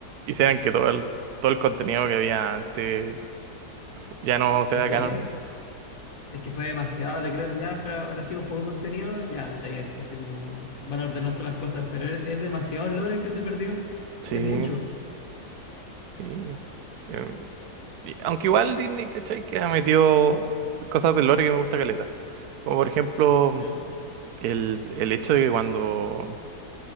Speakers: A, on the right; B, on the left.
A: hicieran que todo el, todo el contenido que había antes fu- ya no
B: Es
A: sea
B: que,
A: canon.
B: es que fue demasiado de creer, ya fuera, habrá sido poco contenido, ya está bien, casi como van a ordenar todas las cosas, pero es, es demasiado lore el que se perdió,
A: Sí,
B: es mucho,
A: sí. em, Y- Aunque igual Disney, ¿cachai? Que ha metido cosas del lore que me gusta caleta. Como por ejemplo,
B: ¿ya?
A: el, el hecho de que cuando.